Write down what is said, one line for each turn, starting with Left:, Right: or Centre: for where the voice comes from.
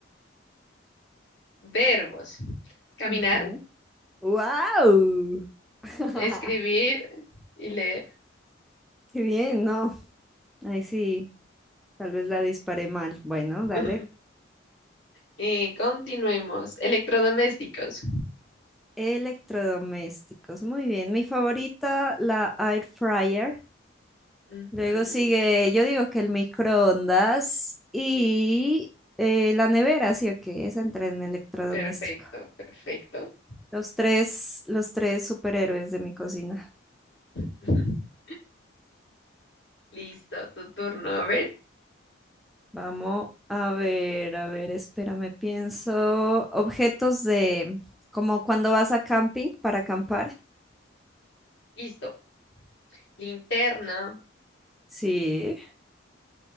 Left: Verbos. Caminar,
Centre: Ujú. ¡Wow! <laughs>
Left: escribir y leer.
Centre: Qué bien, no. Ahí sí, tal vez la disparé mal. Bueno,
Left: <laughs>
Centre: dale.
Left: Y continuemos. Electrodomésticos.
Centre: Electrodomésticos. Muy bien. Mi favorita, la air fryer.
Left: Ujú,
Centre: Luego sigue, yo digo que el microondas y eh, la nevera, sí o que esa entra en electrodoméstico.
Left: Perfecto, perfecto.
Centre: Los tres, los tres superhéroes de mi cocina.
Left: <laughs> Listo, tu turno. A ver,
Centre: Vamos a ver, a ver, espérame, pienso. Objetos de, como cuando vas a camping para acampar.
Left: listo. Linterna,
Centre: Sí,